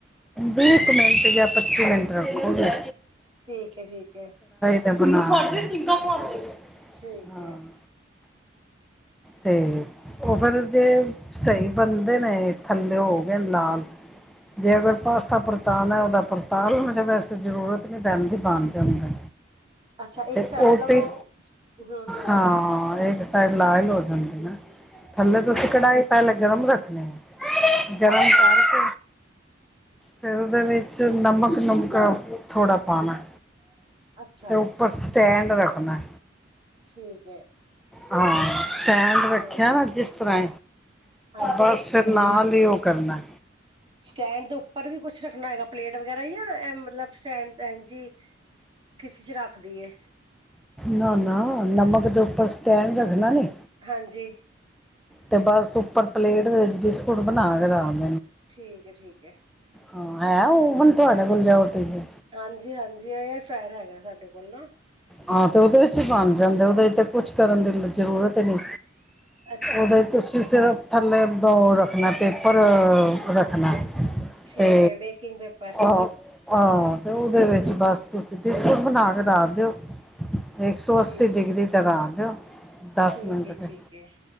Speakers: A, in the centre; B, on the right.
A: ਵੀਹ ਕੁ ਮਿੰਟ ਜਾਂ ਪੱਚੀ ਮਿੰਟ ਰੱਖੋਗੇ।
B: ਠੀਕ ਹੈ ਠੀਕ ਹੈ
A: <inaudible>
B: ਠੀਕ
A: ਹਾਂ
B: ਹੈ
A: ਤੇ ਉਹ ਫਿਰ ਜ ਸਹੀ ਬਣਦੇ ਨੇ ਥੱਲੇ ਹੋ ਗਏ ਲਾਲ ਜੇ ਅਗਰ ਪਾਸਾ ਪਰਤਾਣਾ ਹੈ ਉਹਦਾ ਪਰ ਤਾ ਲਓਜਾ ਵੈਸੇ ਜ਼ਰੂਰਤ ਨਹੀਂ ਪੈਂਦੀ ਬਣ ਜਾਂਦਾ
B: ਅੱਛਾ ਇੱਕ
A: ਤੇ
B: ਸ
A: ਉਹ
B: ਮਤਲਬ
A: ਤੇ
B: ਉਹ ਹਾਂ
A: ਹਾਂ ਇਹ ਲਾਲ ਹੋ ਜਾਂਦੇ ਨਾ ਥੱਲੇ
B: ਠੀਕ
A: ਤੁਸੀਂ
B: ਹੈ
A: ਕਢਾਈ ਪਹਿਲੇ ਗਰਮ ਰੱਖਣੇ ਆ ਜਨਮ
B: ਅੱਛਾ
A: ਤਾਰਿਕ ਫਿਰ ਉਹਦੇ ਵਿੱਚ ਨਮਕ ਨੁਮਕਾ ਥੋੜਾ ਪਾਉਣਾ
B: ਅੱਛਾ
A: ਉਪਰ ਸਟੈਂਡ ਰੱਖਣਾ
B: ਠੀਕ ਹੈ
A: ਹਾਂ ਸਟੈਂਡ ਰੱਖਿਆ
B: ਹਾਂ
A: ਨਾ ਜਿਸ ਤਰਾ
B: ਹਾਂਜੀ
A: ਬਸ ਫਿਰ ਨਾਲ ਉਹ ਕਰਨਾ
B: ਸਟੈਂਡ ਦੇ ਉੱਪਰ ਵੀ ਕੁਛ ਰੱਖਣਾ ਹੈਗਾ ਪਲੇਟ ਵਗੈਰਾ ਜਾਂ ਮਤਲਬ ਸਟੈਂਡ ਇੰਜ ਜੀ ਕਿਸੇ ਚ ਰੱਖ ਦੀਏ
A: ਨਾ ਨਾ ਨਮਕ ਦੇ ਉੱਪਰ ਸਟੈਂਡ ਰੱਖਣਾ ਨੀ
B: ਹਾਂਜੀ
A: ਤੇ ਬਸ ਉੱਪਰ ਪਲੇਟ ਦੇ ਵਿੱਚ ਬਿਸਕੁਟ ਬਣਾ ਕੇ ਰੱਖ ਦੇ
B: ਠੀਕ ਹੈ ਠੀਕ ਹੈ
A: ਹਾਂ ਹੈ ਉਹਣ ਤੁਹਾਡੇ ਕੋਲ ਜਾਓ ਤੁਸੀਂ
B: ਹਾਂਜੀ ਹਾਂਜੀ ਏਅਰ ਫਾਇਰ ਹੈਗਾ ਸਾਡੇ ਕੋਲ ਨਾ
A: ਹਾਂ ਤੇ ਉਹਦੇ ਵਿੱਚ ਹੀ ਬਣ ਜਾਂਦੇ ਉਹਦੇ ਤੇ ਕੁਛ ਕਰਨ ਦੀ ਜ਼ਰੂਰਤ ਹੀ ਨਹੀਂ
B: ਅੱਛਾ
A: ਉਹਦੇ ਤੁਸੀਂ ਸਿਰਫ ਥੱਲੇ ਦੋ ਰੱਖਣਾ ਪੇਪਰ ਰੱਖਣਾ
B: ਠੀਕ
A: ਤੇ
B: ਹੈ ਬੇਕਿੰਗ ਪੇਪਰ
A: ਆਹ ਹਾਂ ਤੇ ਉਹਦੇ ਵਿੱਚ
B: ਹਮ
A: ਬਸ ਤੁਸੀਂ ਬਿਸਕੁਟ ਬਣਾ ਕੇ ਰੱਖ ਦਿਓ ਐਕ ਸੌ
B: ਠੀਕ
A: ਅੱਸੀ ਡਿਗਰੀ ਤੱਕ ਆ ਗਯਾ। ਦਸ
B: ਠੀਕ
A: ਮਿੰਟ
B: ਹੈ
A: ਤੇ,
B: ਠੀਕ ਹੈ